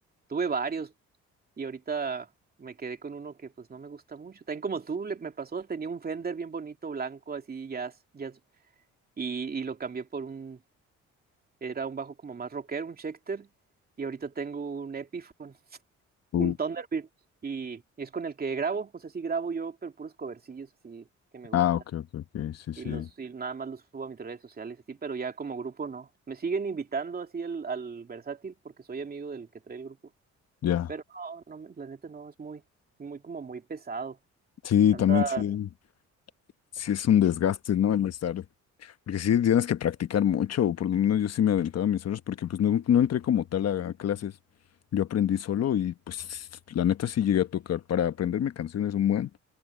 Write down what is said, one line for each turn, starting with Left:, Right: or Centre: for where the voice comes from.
Right: tuve varios, Y ahorita me quedé con uno que pues no me gusta mucho. También como tú le- me pasó, tenía un Fender bien bonito, blanco, así, jazz, jazz, y, y lo cambié por un, era un bajo como más rockero, un Schecter, y ahorita tengo un Epiphone,
Left: o-
Right: un Thunderbird, y, y es con el que grabo, o sea, sí grabo yo, pero puros covercillos así que me gustan.
Left: Ah, ok, ok, ok, sí,
Right: Y
Left: sí.
Right: los, y nada más los subo a mis redes sociales así, pero ya como grupo no. Me siguen invitando así al, al versátil porque soy amigo del que trae el grupo.
Left: Ya,
Right: Pero no, no, la neta no, es muy, muy como muy pesado.
Left: sí,
Right: Tantas,
Left: también sí, sí es un desgaste, ¿no? El estar, porque sí tienes que practicar mucho, o por lo menos yo sí me aventaba mis horas, porque pues no, no entré como tal a, a clases, yo aprendí solo y pues la neta sí llegué a tocar, para aprenderme canciones un buen